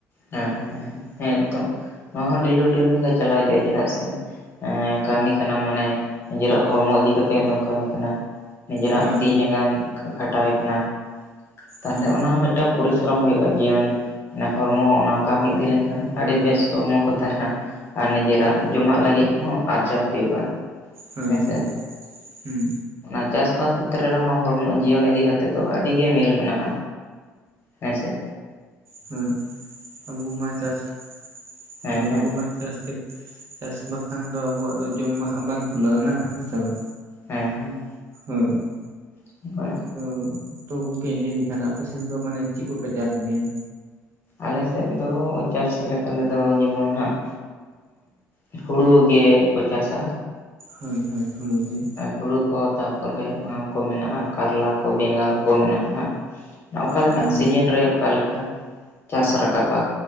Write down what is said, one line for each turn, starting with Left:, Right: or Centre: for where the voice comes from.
Left: ᱦᱮᱸ ᱦᱮᱸ, ᱦᱮᱸ ᱛᱚ ᱱᱚᱣᱟ ᱦᱚᱸ ᱰᱮᱞᱤ ᱨᱩᱴᱤᱱ ᱞᱮᱠᱟᱜᱮ ᱪᱟᱞᱟᱣ ᱤᱫᱤᱜ-ᱟ ᱪᱮᱫᱟᱜ ᱥᱮ ᱮᱸ ᱠᱟᱹᱢᱤ ᱠᱟᱱᱟᱢ ᱢᱟᱱᱮ ᱱᱤᱡᱮᱨᱟᱜ ᱦᱚᱲᱢᱚ ᱤᱫᱤ ᱠᱟᱛᱮ ᱜᱮᱛᱚᱢ ᱠᱟᱢᱤ ᱠᱟᱱᱟ᱾ ᱱᱤᱡᱮᱨᱟᱜ
Right: ᱦᱳᱭ
Left: ᱛᱤ ᱡᱟᱸᱜᱟᱢ ᱠᱷᱟᱴᱟᱣᱮ ᱠᱟᱱᱟ ᱛᱟᱦᱚᱞᱮ
Right: ᱦᱳᱭ
Left: ᱚᱱᱟ ᱦᱚᱸ ᱢᱤᱫ ᱢᱴᱴᱟᱝ ᱯᱚᱨᱤᱥᱨᱚᱢ ᱦᱩᱭᱩᱜᱼᱟ ᱡᱤᱭᱚᱱ ᱢᱟᱱᱮ ᱦᱚᱲᱢᱚ ᱦᱚᱸ ᱚᱱᱟ ᱠᱟᱢᱤ ᱤᱫᱤ ᱞᱮᱱᱠᱷᱟᱱ ᱟᱰᱤ ᱵᱮᱥ ᱦᱚᱲᱢᱚ ᱠᱚ ᱛᱟᱦᱮᱱᱟ᱾ ᱟᱨ ᱱᱤᱡᱮᱨᱟᱜ ᱡᱚᱢᱟᱜ ᱞᱟᱜᱤᱫ ᱦᱚᱸ ᱟᱨᱡᱟᱣ ᱦᱩᱭᱩᱜᱼᱟ᱾
Right: ᱦᱳᱭ
Left: ᱦᱮᱸᱥᱮ,
Right: ᱦᱳᱭ ᱦᱩᱸ
Left: ᱚᱱᱟ ᱪᱟᱥᱵᱟᱥ ᱠᱷᱮᱛᱨᱮ ᱨᱮᱦᱚᱸ ᱦᱚᱲᱢᱚ ᱡᱤᱭᱚᱱ ᱤᱫᱤ ᱠᱟᱛᱮᱫ ᱫᱚ ᱟᱰᱤ ᱜᱮ ᱢᱤᱞ ᱢᱮᱱᱟᱜᱼᱟ᱾ ᱦᱮᱸ ᱥᱮ
Right: ᱦᱩᱸ ᱟᱵᱩ ᱢᱟ ᱪᱟᱥ <inaudible>
Left: ᱦᱮᱸ
Right: ᱦᱳᱭ
Left: ᱦᱮᱸ
Right: ᱟᱵᱚ ᱢᱟ ᱪᱟᱥ ᱠᱮᱛ, ᱪᱟᱥ ᱵᱟᱠᱷᱟᱱ ᱫᱚ ᱟᱵᱚᱣᱟᱜ ᱫᱚ ᱡᱚᱢ ᱢᱟ ᱦᱟᱸᱜ ᱵᱟᱝ ᱠᱩᱞᱟᱹᱜ-ᱟ ᱱᱟᱜ ᱦᱮᱸ ᱥᱮ ᱵᱟᱝ᱾
Left: ᱦᱮᱸ ᱦᱮᱸ
Right: ᱦᱩᱸᱻ
Left: <inaudible>
Right: ᱛᱚ ᱛᱚ ᱜᱚᱝᱠᱮᱧ ᱞᱟᱹᱭ ᱞᱮᱠᱷᱟᱱ ᱟᱯᱮᱥᱮᱫ ᱫᱚ ᱢᱟᱱᱮ ᱪᱮᱫ ᱠᱚᱯᱮ ᱪᱟᱥ ᱜᱮᱭᱟ?
Left: ᱟᱞᱮ ᱥᱮᱫ ᱫᱚ ᱪᱟᱥ ᱞᱮᱠᱟ ᱛᱮᱫᱚ ᱡᱮᱢᱚᱱ ᱦᱟᱸᱜ ᱩᱸᱻ ᱦᱩᱲᱩ ᱜᱮᱠᱚ ᱪᱟᱥᱟ᱾
Right: ᱦᱳᱭ ᱦᱳᱭ ᱦᱩᱲᱳ ᱜᱮ᱾
Left: ᱦᱩᱲᱩ ᱠᱚ ᱛᱟᱯᱚᱨᱮ ᱚᱱᱟ ᱠᱚ ᱢᱮᱱᱟᱜ-ᱟ ᱠᱟᱨᱞᱟ ᱠᱚ ᱵᱮᱸᱜᱟᱲ ᱠᱚ ᱢᱮᱱᱟᱜ-ᱟ ᱱᱟ ᱦᱟᱸᱜ᱾ ᱚᱠᱟᱞᱮᱠᱟᱱ
Right: ᱦᱩᱸ
Left: ᱥᱤᱡᱤᱱ ᱨᱮ ᱚᱠᱟᱞᱮᱠᱟ ᱪᱟᱥ ᱨᱟᱠᱟᱵᱟ